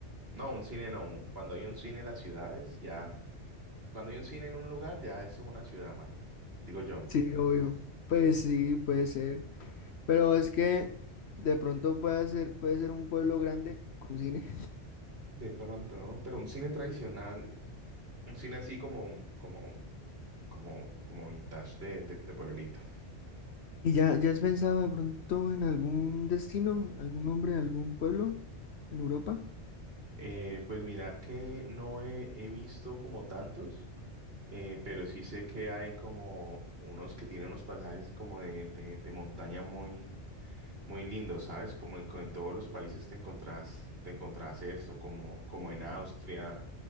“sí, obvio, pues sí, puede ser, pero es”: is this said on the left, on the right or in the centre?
Left